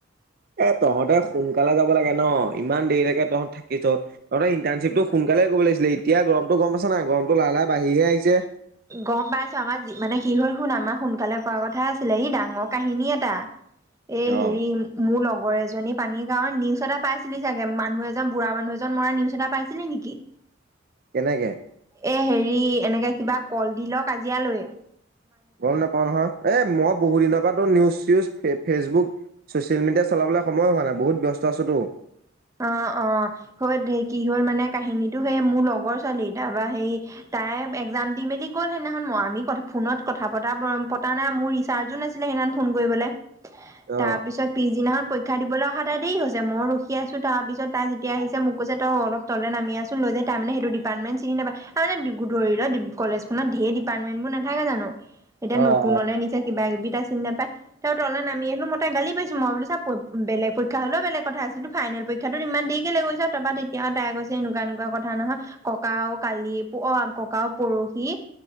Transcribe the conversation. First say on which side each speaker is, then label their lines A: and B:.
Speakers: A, on the right (about 50°); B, on the right (about 15°).
A: এ তহঁতে সোনকালে যাব লাগে ন, ইমান দেৰিলৈকে তহঁত থাকিছ, তহঁতৰ এই ইণ্টাৰণশ্বিপটো সোনকালে সোনকালে কৰিব লাগিছিলে, এতিয়া গৰমতো গম পাইছ নাই, গৰমটো লাহে-লাহে বাঢ়িহে আহিছে।
B: গম পাইছো, আমাৰ মানে কি হ'ল শুনা, আমাৰ সোনকালে কোৱা কথা আছিলে, ই ডাঙৰ কাহিনী এটা। এ
A: অ।
B: হেৰি মোৰ লগত লগৰ এজনী পানীৰ কাৰণ নিউজ এটা পাইছিলি চাগে, মানুহ এজন, বুঢ়া মানুহ এজন মৰা, নিউজ এটা পাইছিলি নেকি? <inaudible>
A: কেনেকে?
B: এ হেৰি, এনেকে কিবা কলদিলৰ কাজিয়ালৈয়ে।
A: গম নাপাওঁ নহয়, এই মই বহুদিনৰ পৰাতো নিউজ-চিউজ, ফেচবুক ছ'চিয়েল মিডিয়া চলাবলৈ সময়ো হোৱা নাই। বহুত ব্যস্ত আছোতো।
B: অ-অ, হয় দে কি হ'ল মানে কাহিনীটো সেই মোৰ লগৰ ছোৱালী, তাৰপা সেই তাই এক্জাম দি মেলি গ'ল সেইদিনাখন, মই আমি কথা ফোনত কথা পতাবোৰ, পতা নাই মোৰ ৰিচাৰ্জো নাছিলে। সেইদিনাখন ফোন কৰিবলে,
A: অ।
B: তাৰ পিছত পিছদিনাখন পৰীক্ষা দিবলৈ অহা তাই দেৰি হৈছে। মই ৰখি আছো, তাৰ পিছত তাই যেতিয়া আহিছে, মোক কৈছে তই অলপ তললে নামি আছোন, লৈ যা, তাই মানে সেইটো ডিপাৰ্টমেণ্ট চিনি নাপায়। আৰু এ ধৰি ল ডিব্ৰু কলেজখনত ধেৰ ডিপাৰ্টমেন্ট বোৰ নাথাকে জানো, এতিয়া
A: অ
B: নতুনলে
A: অ।
B: নিচে <unintelligible> কিবা-কিবি এটা, চিন্তা এটা সেই তললে নামি আহিলোঁ, মই তাইক গালি পাৰিছো। মই বোলো চব বেলেগ পৰীক্ষা হ'লেও বেলেগ কথা আছে। কিন্তু ফাইনেল পৰীক্ষাটোত ইমান দেৰি কেলে গৈছে? তাৰপা তেতিয়া তাই কৈছে এনেকুৱা-এনেকুৱা কথা নহয়, ককাও কালি ৰাতিপুৱা, ককাও পৰহি